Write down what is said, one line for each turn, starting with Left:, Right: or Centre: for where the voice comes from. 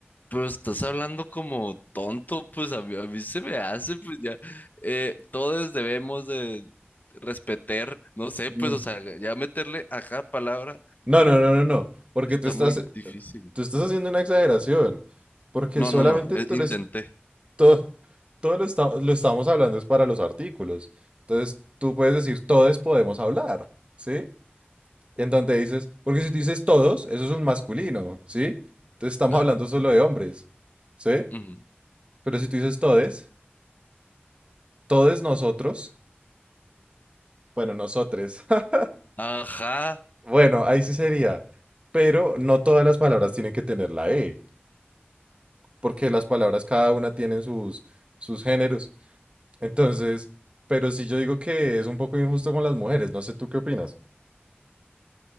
Left: Pero estás hablando como tonto, pues a mí, a mí se me hace, pues ya. eh, todos debemos de respetar, no sé, pues,
Right: Mm.
Left: o sea, ya meterle a cada palabra
Right: No, no, no, no, no. Porque
Left: está
Right: tú estás,
Left: muy
Right: eh,
Left: difícil.
Right: tú estás haciendo una exageración. Porque
Left: No,
Right: solamente
Left: no, no, eh,
Right: tú
Left: intenté,
Right: les- todo, todo lo, esta- lo estamos hablando es para los artículos. Entonces tú puedes decir todes podemos hablar, ¿sí? En donde dices, porque si tú dices todos, eso es un masculino, ¿sí? Entonces estamos
Left: claro.
Right: hablando solo de hombres, ¿sí?
Left: Ujú.
Right: Pero si tú dices todes, todes nosotros, bueno, nosotres, <laughs>
Left: Ajá.
Right: bueno, ahí sí sería. Pero no todas las palabras tienen que tener la E, porque las palabras cada una tienen sus, sus géneros. Entonces, pero sí yo digo que es un poco injusto con las mujeres, no sé tú qué opinas.